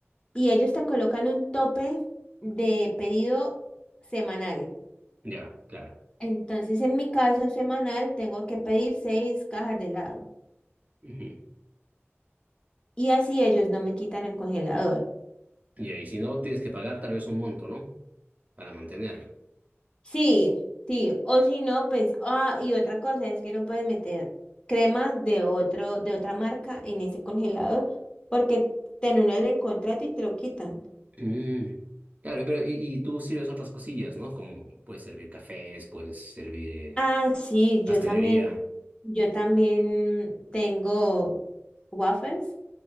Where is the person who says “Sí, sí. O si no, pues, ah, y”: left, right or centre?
Left